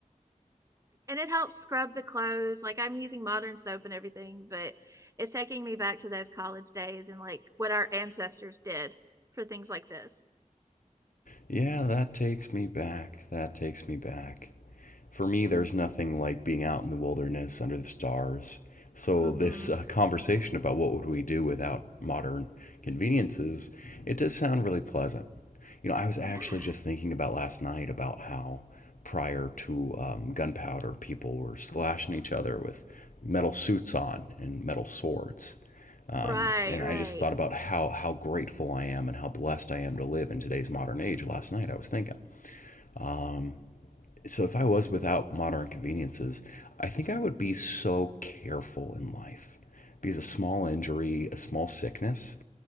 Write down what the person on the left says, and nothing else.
Yeah, that takes me back. That takes me back. For me, there's nothing like being out in the wilderness under the stars. So
this uh, conversation about what would we do without modern conveniences, it does sound really pleasant. You know, I was actually
just thinking about last night about how prior to um, gunpowder, people were slashing each other with metal suits on and metal swords. Um,
and
I just thought about how how grateful I am and how blessed I am to live in today's modern age. Last night I was thinking, um, so if I was without modern conveniences, I think I would be so careful in life because a small injury, a small sickness,